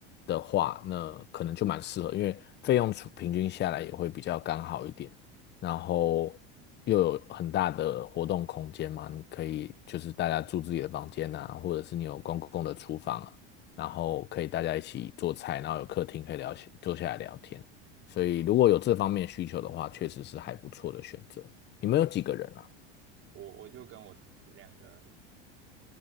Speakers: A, on the left; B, on the right.
A: 的话，那可能就蛮适合，因为费用除平均下来也会比较刚好一点，然后又有很大的活动空间嘛，你可以就是大家住自己的房间啊，或者是你有公共的厨房啊，然后可以大家一起做菜，然后有客厅可以聊，坐下来聊天。所以如果有这方面需求的话，确实是还不错的选择。你们有几个人啊？
B: 我我就跟我同学两个而已，